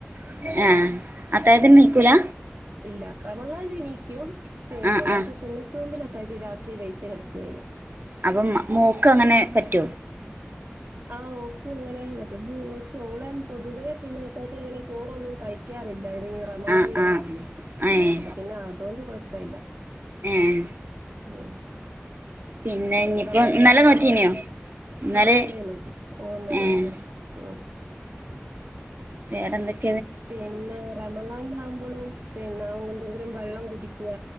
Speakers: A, on the right; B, on the right.
A: ആ. അത്താഴത്തിന്
B: അം
A: നീക്കൂല
B: ഇല്ല റമളാൻ എനിക്കും, പിന്നെ
A: ആ
B: ങ്ങക്ക്
A: ആ
B: സുന്നത്, <unintelligible> ജ് രാത്രി <unintelligible> കിടക്കേയ.
A: അപ്പൊ മോക്ക് അങ്ങനെ പറ്റൊ?
B: <inaudible> ആഹ് ഓക്കു അങ്ങനെ. <unintelligible> ഓളും പൊതുവേ പിന്നെ <unintelligible> ങ്ങനെ ചോറ ഒന്നും കഴിക്കാ റില്ല. ഈ റമളാൻ
A: ആഹ്
B: ആണല്ലോ.
A: ആഹ് ഏഹ്
B: അപ്പൊ പിന്നെ അതുകൊണ്ട് കൊഴപ്പില്ല.
A: ഏഹ്.
B: ആ.
A: പിന്നെ
B: <unintelligible>
A: ഇനിയിപ്പോ ഇന്നലെ നോറ്റീനോ ഇന്നലെ
B: <unintelligible>
A: ഏഹ് വേറെ എന്തൊക്കെ?
B: പിന്നെ റമളാനിലാവുമ്പോളും പിന്നെ എന്തെങ്കിലും വെള്ളം കുടിക്കുക.